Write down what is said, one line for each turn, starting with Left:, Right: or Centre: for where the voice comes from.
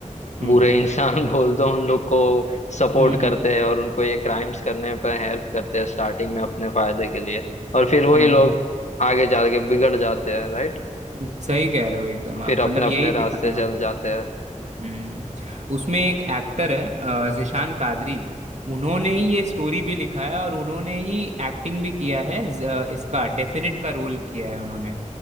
Right: हम्म
Left: बुरे इंसान <laughs> बोल दो उन लोग को सपोर्ट
Right: हम्म
Left: करते हैं और उनको ये क्राइम्स करने पर हेल्प करते हैं स्टार्टिंग में अपने फायदे के लिए और फिर वही
Right: हम्म
Left: लोग आगे जाके बिगड़ जाते हैं राइट
Right: हम्म, सही कह रहे हो एकदम आप
Left: फिर अपने
Right: मतलब
Left: अपने
Right: यही दिखाने
Left: रास्ते
Right: का
Left: चल
Right: कोशिश
Left: जाते
Right: किया
Left: हैं
Right: हम्म उसमें एक एक्टर है अ, जिशान कादरी उन्होंने ही ये स्टोरी भी लिखा है और उन्होंने ही एक्टिंग भी किया है ज- अ, इसका डेफिनेट का रोल किया है उन्होंने